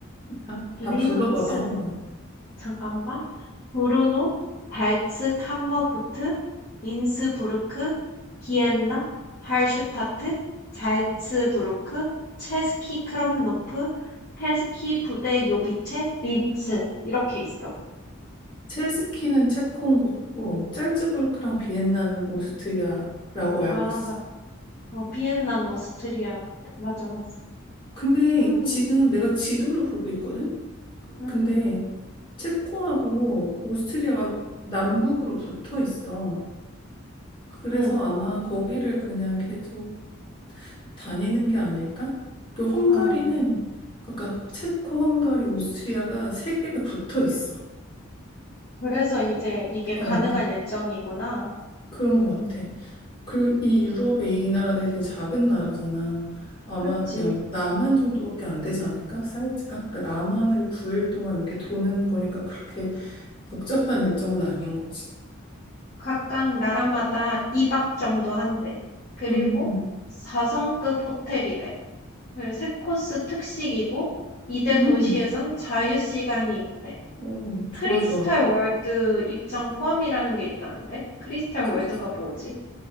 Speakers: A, on the left; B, on the left.
A: 다,
B: 린츠,
A: 다 불러봐봐 한번.
B: 잠깐만. 브루노, 발츠 캄머구트, 인스부르크, 비엔나, 할슈타트, 잘츠부르크, 체스키 크롬노프, 체스키 부데 요비체, 린츠. 이렇게 있어.
A: 체스키는 체코인 것 같고 짤츠부르크랑 비엔나는 오스트리아라고
B: 아,
A: 알고 있어.
B: 맞. 어, 비엔나는 오스트리아 같아. 맞아, 맞아.
A: 근데
B: 음,
A: 지금 내가 지도를 보고 있거든?
B: 음.
A: 근데 체코하고 오스트리아가 남북으로 붙어 있어. 그래서
B: 음,
A: 아마 거기를 그냥 계속 다니는 게 아닐까? 그 헝가리는
B: 음.
A: 그러니까 체코, 헝가리, 오스트리아가 세 개가 붙어 있어.
B: 그래서 이제 이게 가능한
A: 어,
B: 일정이구나.
A: 그런 것 같아.
B: 음,
A: 그리고 이 유럽의 이 나라들이 되게 작은 나라잖아. 아마
B: 그치.
A: 그냥 남한 정도밖에 안 되지 않을까? 사이즈가? 그러니까 남한을
B: 음.
A: 9일 동안 이렇게 도는 거니까 그렇게 복잡한 일정은 아닌 거지.
B: 각각 나라마다 2박 정도 한대. 그리고
A: 음,
B: 4성급 호텔이래. 3코스 특식이고, 이대
A: 음,
B: 도시에선
A: 음.
B: 자유시간이 있대.
A: 어,
B: 크리스탈
A: 좋아, 좋아.
B: 월드 입장 포함이라는 게 있다는데? 크리스탈
A: 그,
B: 월드가 뭐지?